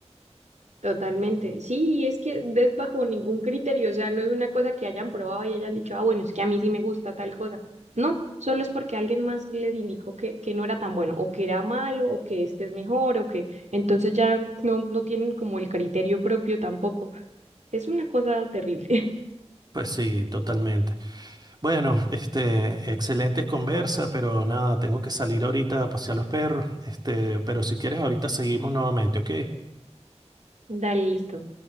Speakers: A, on the right; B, on the right.
A: Totalmente. Sí, y es que es bajo ningún criterio, o sea, no es una cosa que hayan probado y hayan dicho, ah, bueno, es que a mí sí me gusta tal cosa. No, solo es porque alguien más les indicó que, que no era tan bueno, o que era malo, o que este es mejor, o que entonces ya no, no tienen como el criterio propio tampoco. Es una cosa terrible. <laughs>
B: Pues sí, totalmente. Bueno, <laughs> este, excelente conversa, pero nada, tengo que salir ahorita a pasear los perros. Este, pero si quieres, ahorita seguimos nuevamente, ¿ok?
A: Dale, listo.